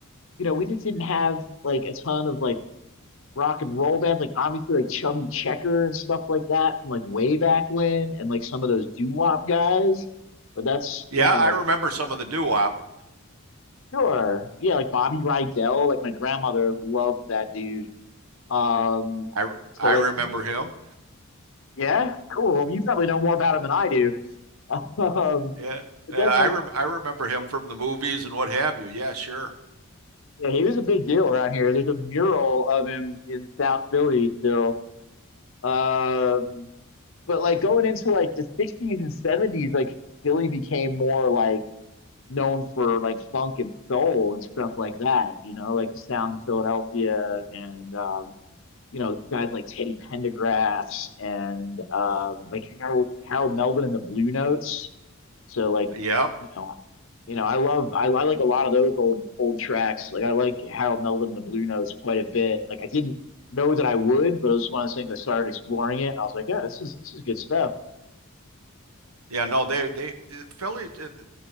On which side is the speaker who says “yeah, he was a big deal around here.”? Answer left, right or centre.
Left